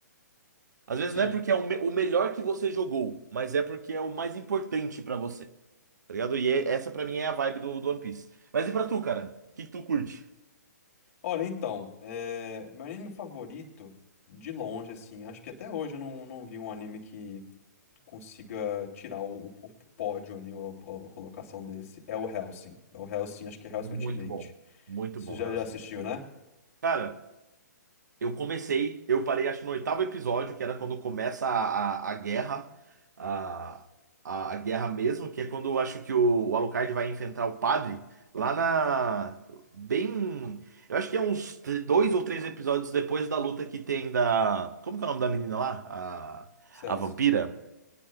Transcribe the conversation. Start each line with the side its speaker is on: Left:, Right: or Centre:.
Right: Às vezes
Left: sim.
Right: não é porque é o, me- o melhor que você jogou, mas é porque é o mais importante pra você. Tá ligado? E é- essa pra mim é a vibe do, do One Piece. Mas e pra tu, cara? O que, que tu curte?
Left: Olha, então, é... meu anime favorito, de longe, assim, acho que até hoje eu não, não vi um anime que consiga tirar o, o- pódio ali, a, a colocação desse, é o Hellsing. É o Hellsing, acho que é Hellsing
Right: Muito
Left: Ultimate.
Right: bom. Muito
Left: Você
Right: bom,
Left: já,
Right: Helsing.
Left: já assistiu, né?
Right: Cara, Eu comecei, eu parei acho que no oitavo episódio, que era quando começa a, a, a guerra, a, a, a guerra mesmo, que é quando eu acho que o, o Alucard vai enfrentar o padre lá na. Bem. Eu acho que é uns tr- dois ou três episódios depois da luta que tem da. Como que é o nome da menina lá?
Left: Ceras.
Right: A, a vampira?